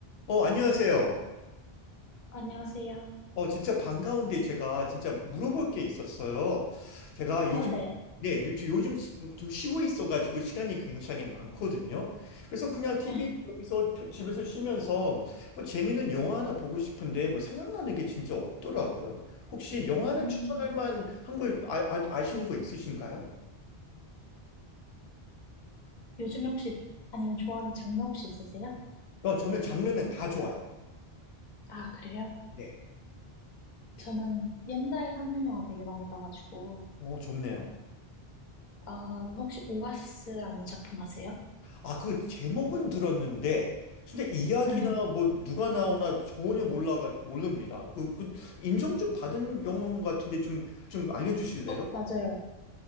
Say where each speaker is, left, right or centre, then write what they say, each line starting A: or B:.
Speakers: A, on the left; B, on the left.
A: 어, 안녕하세요.
B: 안녕하세요.
A: 어, 진짜 반가운데 제가 진짜 물어볼 게 있었어요. 제가
B: 어,
A: 요즘,
B: 네.
A: 네, 요- 요즘 시- 좀 쉬고 있어가지고 시간이 굉장히 많거든요. 그래서 그냥 TV
B: 네.
A: 여기서 펴- 집에서 쉬면서 뭐 재밌는 영화 하나 보고 싶은데 뭐 생각나는 게 진짜 없더라고요. 혹시 영화 하나
B: 음,
A: 추천할 만한 걸 아, 아, 아시는 거 있으신가요?
B: 요즘에 혹시, 아니면 좋아하는 장르 혹시 있으세요?
A: 어, 저는 장르는 다 좋아요.
B: 아, 그래요?
A: 네.
B: 저는 옛날 한국 영화 되게 많이 봐가지고,
A: 어, 좋네요.
B: 아, 혹시 오아시스라는 작품 아세요?
A: 아, 그 제목은 들었는데, 근데 이야기나
B: 네.
A: 뭐 누가 나오나 전혀 몰라가 모릅니다. 그, 그 인정 좀 받은 영화인 것 같은데 좀 좀 알려주실래요?
B: 어, 맞아요.